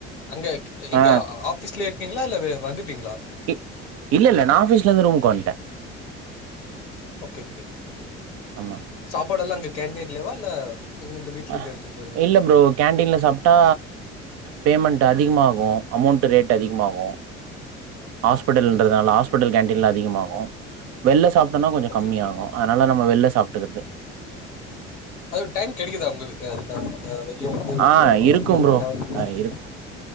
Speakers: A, on the left (about 80°); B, on the right (about 45°).
A: அங்க எங்க
B: ஆ
A: ஆபீஸ்லய இருக்கீங்களா இல்ல ஆ வந்துட்டீங்களா
B: இப் இல்ல இல்ல நா ஆபீஸ்ல இருந்து ரூமுக்கு வன்டே
A: ஓகே ஓகே
B: ஆமா
A: சாப்பாடு எல்லா அங்க கேண்டீன்லே வா இல்ல இங்க இருந்து வீட்ல இருந்து
B: ஆ
A: எடுத்துட்டு போயிருவீங்க
B: இல்ல ப்ரோ கேண்டடீனில சாப்பிட்டா பேமெண்ட் அதிகமாகும் அமௌண்ட்டு ரேட் அதிகமாகும் ஹாஸ்பிட்டல் இன்றதுனால
A: சேரி சேரி
B: ஹாஸ்பிட்டல் கேண்டீனிலா அதிகமாகு வெளிய சாப்பிட்டன்னா கொஞ்ச
A: ஓகே
B: கம்மியாகு
A: ஓகே
B: அதனால நம்ப வெளிய சாப்பிட்டுக்கறது
A: அது டைம் கிடைக்கு தா உங்களுக்கு அதுக்கான ஆ வெளிய வந்து ரொம்ப
B: ஆ
A: நேர
B: இருக்கும் ப்ரோ
A: டிராவல் பண்ணி
B: ஆ
A: சாப்
B: இருக்